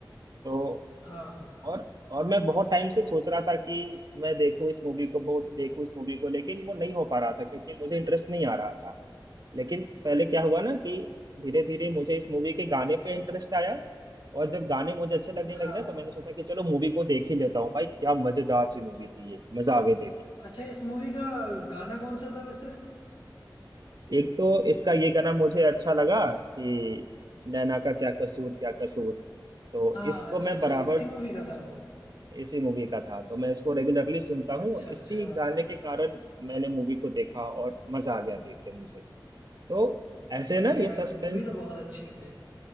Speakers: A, on the right; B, on the left.
A: तो
B: हाँ
A: और और मैं बहुत टाइम से सोच रहा था कि मैं देखूँ इस मूवी को बहुत देखूँ इस मूवी को लेकिन वो नहीं हो पा रहा था क्योंकि मुझे इंटरेस्ट नहीं आ रहा था लेकिन पहले क्या हुआ ना कि धीरे धीरे मुझे इस मूवी के गाने पे इंटरेस्ट आया और जब गाने मुझे अच्छे लगने
B: हाँ
A: लगे ना तो मैंने सोचा कि चलो मूवी को देख ही लेता हूँ भाई क्या मजेदार सी मूवी थी ये मजा आ गई देख के
B: अच्छा इस मूवी का गाना कौन सा था वैसे
A: एक तो इसका ये गाना मुझे अच्छा लगा कि नैना का क्या कसूर क्या कसूर तो
B: हाँ
A: इसको
B: अच्छा
A: मैं
B: अच्छा
A: बराबर
B: इसी मूवी का था वो
A: इसी मूवी का था तो मैं इसको रेगुलरली सुनता
B: अच्छा
A: हूँ और इसी
B: अच्छा
A: गाने के कारण मैंने मूवी को देखा और मजा आ गया देख के मुझे तो ऐसे
B: नहीं
A: ना
B: नहीं
A: ये
B: भाई
A: सस्पेंस
B: मूवी तो बहुत अच्छी थी